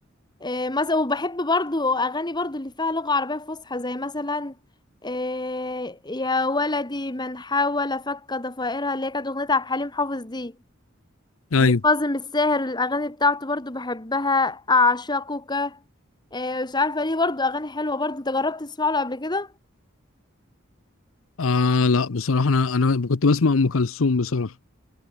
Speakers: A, on the left (about 20°); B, on the left (about 80°).
A: آه، مثلا وبحب برضو اغاني برضو اللي فيها لغة عربية فصحى زي مثلا آه، يا ولدي من حاول فك ضفائرها اللي هي كانت اغنية عبد الحليم حافظ دي
B: ايوه
A: وكاظم الساهر الأغاني بتاعته برضو بحبها أعشقك آه، مش عارفه ليه برضو اغاني حلوه برضو انت جربت تسمع له قبل كده
B: آه لا بصراحة أنا أنا كنت بسمع أم كلثوم بصراحة